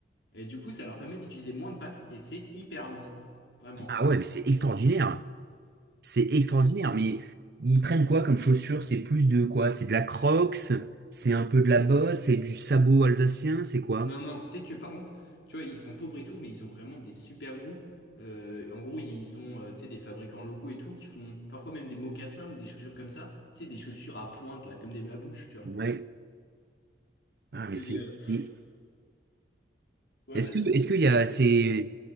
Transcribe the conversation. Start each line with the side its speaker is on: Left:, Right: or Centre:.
Left: Et du coup, ça leur permet d'utiliser moins de pâtes et c'est hyper bon. Vraiment.
Right: Ah ouais, mais c'est extraordinaire. hein. C'est extraordinaire.
Left: hein. Voilà.
Right: Mais ils prennent quoi comme chaussures? C'est plus de quoi? C'est de la Crocs? C'est un peu de la botte? C'est du sabot alsacien? C'est quoi?
Left: Non, non, tu sais que par contre, tu vois, ils sont pauvres et tout, mais ils ont vraiment des super goûts. Euh, en gros, ils ont, euh, tu sais, des fabricants locaux et tout qui font parfois même des mocassins ou des chaussures comme ça. Tu sais, des chaussures à pointe, là, comme des babouches, tu vois.
Right: Ouais. Ah, mais
Left: Et,
Right: c'est.
Left: euh,
Right: et-
Left: Ouais,
Right: Est-ce
Left: vas-y.
Right: que, est-ce qu'il y a, c'est,